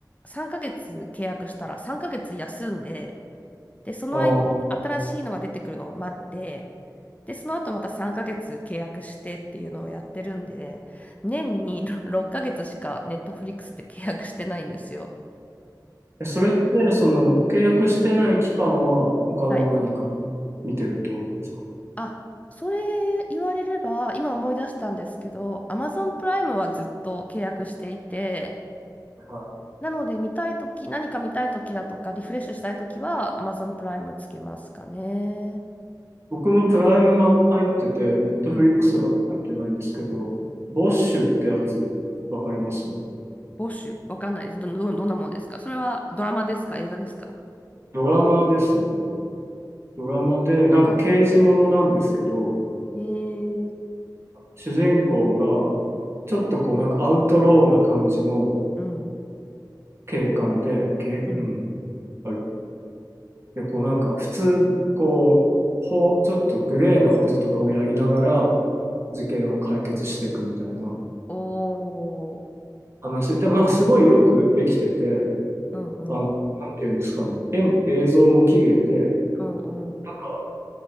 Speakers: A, on the left (about 20°); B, on the right (about 35°).
A: 3ヶ月契約したら3ヶ月休んで、で、その間に新しいのが出てくるのを待って、
B: の。ああ、
A: で、その後また3ヶ月契約してっていうのをやってるんで、年にろ6ヶ月しかネットフリックスって契約してないんですよ。
B: えそれってその契約してない期間は他の何か
A: はい。
B: 見てるってことですか
A: あ、それ言われれば、今思い出したんですけど、Amazon プライムはずっと契約していて、
B: はい。
A: なので見たいとき、何か見たいときだとか、リフレッシュしたいときは Amazon プライムつけますかね。
B: 僕もプライムは入ってて、ネットフリックスは入ってないんですけど、
A: うん。
B: ボッシュってやつわかります
A: ボッシュ、わかんないです。ど、ど、どんなものですかそれはドラマですか映画ですか
B: ドラマですね。ドラマで、なんか刑事ものなんですけど、
A: へえ、
B: 主人公が、ちょっとこうなんかアウトローな感じの
A: うん。
B: 警官で、警うん
A: うん。
B: あで、こうなんか普通、こう、ほちょっとグレーなこととかをやりながら事件を解決していくみたいな
A: おー、
B: 話。でもなんかすごいよくできてて、
A: うんうん、
B: あの、なんていうんですかね、絵映像も綺麗で、なん
A: うんうん。
B: か